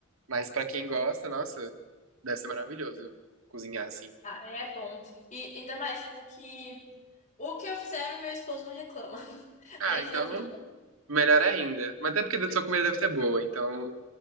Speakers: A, on the right; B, on the left.
A: Mas pra quem gosta, nossa, deve ser maravilhoso cozinhar assim.
B: Ah, é bom. E ainda mais, tipo, que o que eu fizer, meu esposo não reclama.
A: Ah,
B: Pra ele
A: então,
B: tá tudo bom.
A: melhor ainda. Mas até porque a sua comida deve ser boa, então.